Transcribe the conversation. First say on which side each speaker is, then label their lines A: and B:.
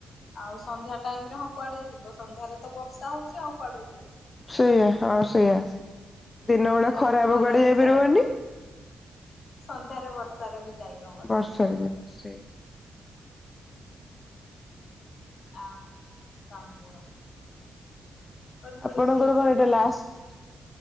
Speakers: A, on the left; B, on the left.
A: ଆଉ ସନ୍ଧ୍ୟା ଟାଇମ ରେ ହଁ କୁଆଡେ ଯିବ ସନ୍ଧ୍ୟାରେ ତ ବର୍ଷା ହଉଚଛି ଆଉ କୁଆଡେ ଯିବ।
B: ସେଇଆ ହଁ ସେଇଆ ଦିନ ବେଳେ
A: ଯାକ
B: ଖରାପ
A: ଖରାରେ
B: କୁଆଡେ ଯାଇପାରିବନି।
A: ଯାଇ ହଉନି। ସନ୍ଧ୍ୟାରେ ବର୍ଷାରେ ବି ଯାଇ ହବନି।
B: ବର୍ଷାରେ ସେ
A: ହଁ କଣ କୁହ? ପଢାପଢି
B: ଆପଣଙ୍କର
A: ଭଲ
B: କଣ
A: ଚାଲିଛି?
B: ଏଇଟା ଲାଷ୍ଟ